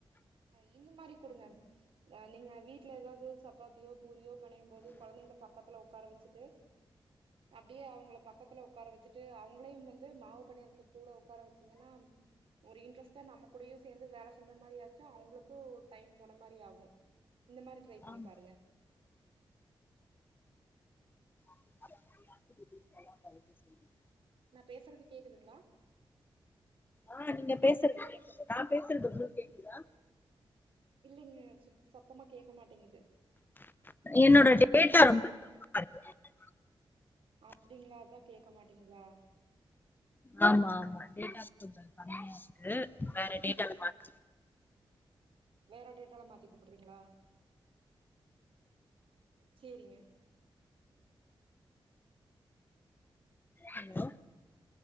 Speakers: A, on the right; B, on the left.
A: ஆ இந்த மாரி குடுங்க ஆ நீங்க வீட்ல ஏதாவது சப்பாத்தியோ பூரியோ பெணையு போது கொழந்தைங்கள பக்கத்துல உக்கார வச்சிட்டு அப்டியே அவங்கள பக்கத்துல உக்கார வச்சிட்டு அவங்களையு வந்து மாவு பெணைறக்கு கூட உக்கார வச்சீங்கன்னா ஒரு இன்ட்ரெஸ்ட்டா நம்ம கூடயு சேர்ந்து வேல செஞ்ச மாரியு ஆச்சி அவங்களுக்கு டைம் போன மாரி ஆகு இந்த மாரி ட்ரை பண்ணி
B: ஆமா
A: பாருங்க
B: சொல்ல <unintelligible>
A: நா பேசுறது கேக்குதுங்களா
B: ஆ நீங்க பேசுறது கேக்குது நா பேசுறது உங்களுக்கு கேக்குதா
A: இல்லிங்க சு சத்தமா கேக்க மாட்டேங்குது
B: என்னோட டேட்டா ரொம்ப கம்மியா இருக்கு
A: அப்டிங்களா அதா கேக் மாட்டிங்குதா
B: ஆமா ஆமா டேட்டா கொஞ்ஜோ கம்மியா இருக்கு வேற டேட்டா மாத்தனு
A: வேற டேட்டால மாத்தி கூப்புடுறீங்களா சேரிங்க
B: ஹலோ